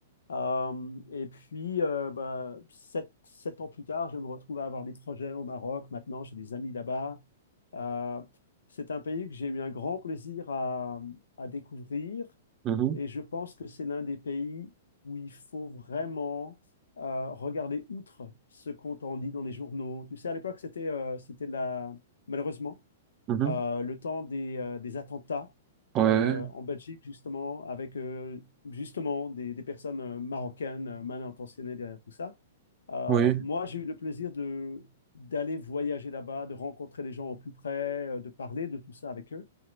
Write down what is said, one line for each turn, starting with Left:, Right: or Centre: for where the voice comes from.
Left: Euh, et puis, euh, bah, sept, sept ans plus tard, je me retrouve à avoir des projets au Maroc. Maintenant, j'ai des amis là-bas. Euh, c'est un pays que j'ai eu un grand plaisir à, à découvrir.
Right: mhm,
Left: Et je pense que c'est l'un des pays où il faut vraiment euh, regarder outre ce qu'on t'en dit dans les journaux. Tu sais, à l'époque, c'était euh, c'était la... malheureusement
Right: mhm.
Left: euh, le temps des, euh, des attentats
Right: Ouais,
Left: euh, en Belgique, justement, avec euh, justement des, des personnes euh, marocaines euh, mal intentionnées derrière tout ça. Euh,
Right: oui,
Left: moi, j'ai eu le plaisir de d'aller voyager là-bas, de rencontrer les gens au plus près, euh, de parler de tout ça avec eux